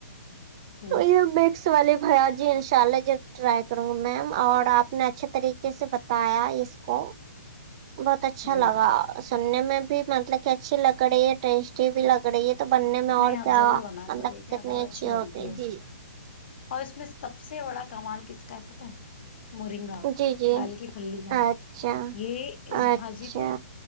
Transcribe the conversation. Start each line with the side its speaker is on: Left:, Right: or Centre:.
Left: ہ
Right: یہ میکس والے بھیا جی ان شاء اللہ جب ٹرائی کروں گی میم اور آپ نے اچھے طریقے سے بتایا اس کو بہت اچھا
Left: جی
Right: لگا سننے میں بھی مطلب کہ اچھی لگری ہے ٹیسٹی بھی لگری ہے تو بننے میں اور
Left: نہیں آپ
Right: کیا
Left: ضرور
Right: مطلب
Left: بنا کر دیکھیں
Right: کتنی
Left: بہت
Right: اچھی
Left: بنتی
Right: ہوگی
Left: ہے
Right: جی
Left: اور اس میں سب سے بڑا کمال کس کا ہے پتا ہے مورنگا
Right: جی جی
Left: دال کی پھلی کا
Right: اچھا
Left: یہ اس
Right: اچھا
Left: بھاجی کو